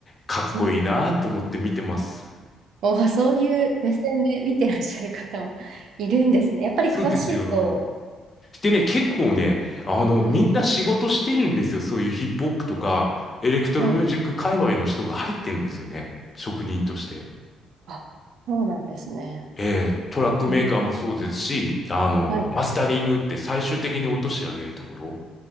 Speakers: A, on the left; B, on the right.
A: かっこいいなと思って見てます。
B: そうなの。お、そういう目線で見てらっしゃる方もいるんですね。やっぱり詳しいと。
A: そうですよ。でね、結構ね、あの、
B: はい、
A: みんな仕事してるんですよ。そういうヒップホップとか、エレクトロミュージック界隈の人が入ってるんですよね。
B: はい。
A: 職人として。
B: あ、そうなんですね。
A: えートラックメーカーもそうですし、
B: うん、
A: あの、
B: はい、
A: マスタリングって最終的に落としてあげるところ。